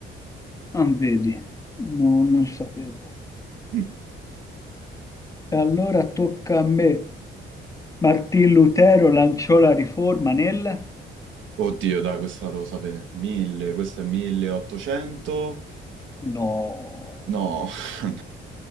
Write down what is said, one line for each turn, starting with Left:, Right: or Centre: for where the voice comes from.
Left: ah, vedi, No, non sapevo.
Right: Mm.
Left: E allora tocca a me. Martin Lutero lanciò la riforma nel...
Right: Oddio, dai, questa devo sapere. 1000, questo è 1800.
Left: No,
Right: No. <laughs>